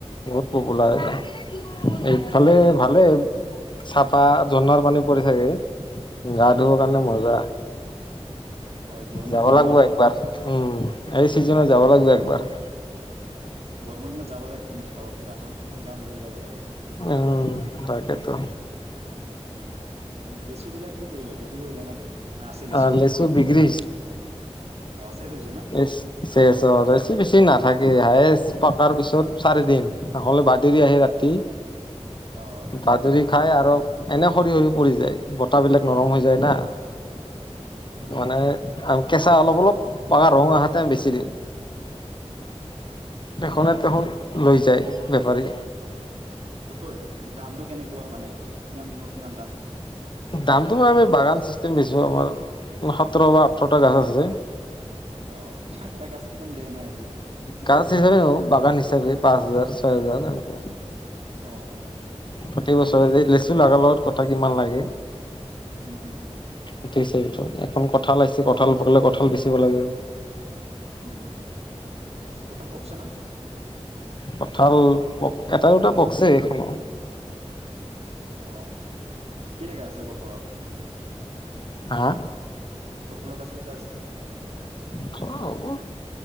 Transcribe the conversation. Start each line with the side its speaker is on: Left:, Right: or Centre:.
Left: বহুত পপুলাৰ এয়া এইফালে ভালে চা, চাহ ঝণাৰ পানী পৰি থাগে গা ধুব কাৰণে
Right: উম
Left: মজা।
Right: হয় গৰমৰ
Left: যাব
Right: দিন
Left: লাগিব
Right: ন
Left: একবাৰ, উম। এই চিজনত
Right: হয়
Left: যাব লাগিব একবাৰ।
Right: গৰমৰ দিনত যাব লাগে পিকনিক খাব পুৰা আম কঠাল জাম লৈ যাব লাগে।
Left: উম তাকেতো
Right: উ লেচু বিলাক কি কৰিলে বিক্ৰী কৰিলা নেকি? না আছে লেচু?
Left: আহ বিক্ৰী
Right: অ শেষ হৈছে ন?
Left: চেচ চেচ অ, লেচু বেছি বেছি নাথাকে হায়েচ পকাৰ পিছত চাৰি দিন। নহ'লে বাদেৰি আহে ৰাতি।
Right: অ অ।
Left: বাদৰি খাই আৰু এনে সৰি সৰি পৰি যায় বতাবিলাক নৰম হৈ যায় না।
Right: উম হুম
Left: মানে আ কেঁচা অলপ অলপ পা ৰং আহাতে বেছি দিওঁ।
Right: উম
Left: তেখনে
Right: হয়
Left: তেখোন
Right: হয়
Left: লৈ যায় বেপাৰী।
Right: বস্তুৰ দামটো কেনেকুৱা মানে, কি কিমানত কিমান দাম?
Left: দামটো মান আমি বাগান চিষ্টেম দিছো আমাৰ সোতৰ বা আঠৰটা গাছ আছে।
Right: অ এটা গাছ কিমান দেই এনে আইডিয়া।
Left: গাছ হিচাপে ন বাগান হিচাপে পাঁচ হাজাৰ ছয় হাজাৰ এনেকুৱা।
Right: অ।
Left: প্ৰতি বছৰ লেচু লগাৰ লগত কথা কিমান লাগিল।
Right: উম-উম-উম-উম।
Left: উঠিছে <unintelligible> এখন কঁঠাল আহিছে কঁঠাল পকিলে কঁঠাল বেচিব লাগিব।
Right: উ ঠিকে আছে, কঁঠাল পকচে না?
Left: কঁঠাল পক এটা দুটা পকছে এইখন।
Right: অ কিটা গাছ আছে কঁঠালৰ?
Left: হা?
Right: কঁঠালৰ গছ কেইটা আছে?
Left: খোৱাব হ'ব,